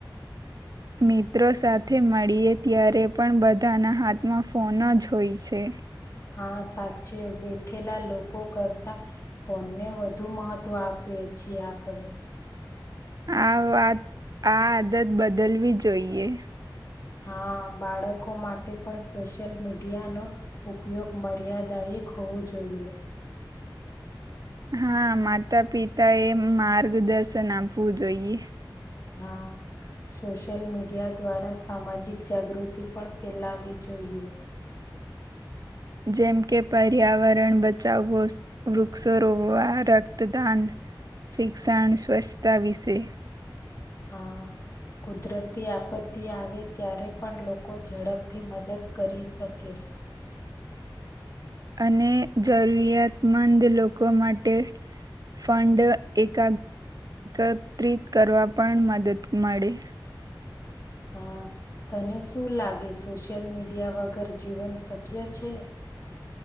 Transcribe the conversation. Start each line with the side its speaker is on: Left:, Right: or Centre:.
Right: મિત્રો સાથે મળીએ ત્યારે પણ બધાના હાથમાં ફોન જ હોય છે
Left: હા સાચી બેટ લા લોકો કરતા ફોનને વધુ મહત્વ આપીએ છીએ આપણે
Right: આ વાત આ આદત બદલવી જોઈએ
Left: હા બાળકો માટે પણ સોશિયલ મીડિયાનોો ઉપયોગ મર્યાદાય એક હોવું જોઈએ
Right: હા માતા પિતા એ માર્ગદર્શન આપવું જોઈએ
Left: હા સોશિયલ મીડિયા દ્વારા સામાજિક જાગૃતિ પણ ફેલાવી જોઈએ
Right: જેમ કે પર્યાવરણ બચાવવો વૃક્ષો રોકવા રક્તદાન શિક્ષણ સ્વચ્છતા વિશે
Left: હા કુદરતી આપત્તિ આવે ત્યારે પણ લોકો ઝડપથી મદદ કરી શકે
Right: અને જરૂરિયાતમંદ લોકો માટે ફંડ એક એકત્રિત કરવા પણ મદદ મળે
Left: હા તને શું લાગે સોશિયલ મીડિયા વગર જીવન શક્ય છે